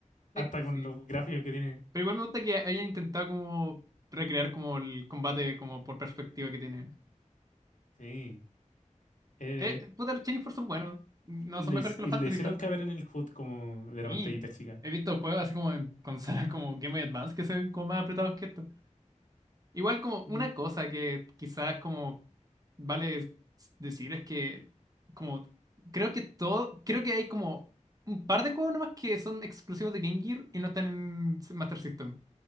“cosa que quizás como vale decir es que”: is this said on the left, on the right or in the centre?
Right